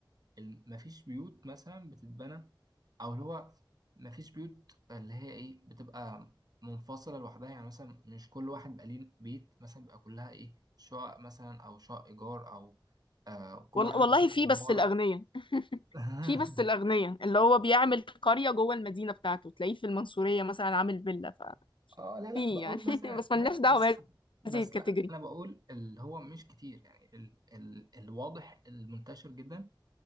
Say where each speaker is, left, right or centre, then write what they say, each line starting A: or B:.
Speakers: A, on the right; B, on the left.
A: ال- مفيش بيوت مثلا بتتبنى او اللي هو مفيش بيوت اللي هي ايه بتبقى منفصله لوحدها يعني مثلا مش كل واحد بقى ليه بيت مثلا بيبقى كلها ايه شقق مثلا او شقق ايجار او آه كل
B: والله
A: واحد عنده
B: والله
A: شقه
B: في
A: في عماره
B: بس الاغنياء
A: <laughs>
B: في بس الاغنياء اللي هو بيعمل قرية جوه المدينة بتاعته تلاقيه في المنصورية مثلا عامل فيلا
A: اه لا لا
B: ففي
A: بقول
B: يعني <laughs>
A: مثلا
B: بس ملناش
A: لا لا
B: دعوة
A: بس بس
B: بهذه الكاتيجوري
A: لا انا بقول اللي هو مش كتير يعني ال ال الواضح المنتشر جدا